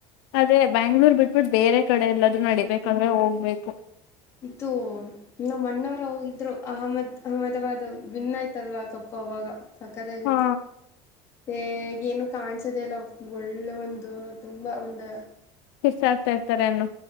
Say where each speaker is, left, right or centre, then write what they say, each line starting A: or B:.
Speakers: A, on the left; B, on the left.
A: ಅದೇ ಬ್ಯಾಂಗ್ಳೂರ್ ಬಿಟ್ಬುಟ್ ಬೇರೆ ಕಡೆ ಎಲ್ಲಾದ್ರೂ ನಡಿಬೇಕಾದ್ರೆ ಹೋಗ್ಬೇಕು.
B: ಇದು ನಮ್ ಅಣ್ಣಾವ್ರ್ ಹೋಗಿದ್ರು ಅಹಮದ್ ಅಹಮದಾಬಾದ್ <unintelligible> ವಿನ್ ಆಯ್ತಲ್ವಾ ಕಪ್ ಅವಾಗ. ಸಕ್ಕತ್ತಾಗಿತ್ತು,
A: ಹಾ
B: ಏ ಏನು ಕಾಣ್ಸದೆಲ್ಲ ಒಳ್ಳೆ ಒಂದು ತುಂಬಾ ಒಂದು
A: ಹಿಸ್ ಆಗ್ತಾ ಇರ್ತಾರೆ ನ್ನು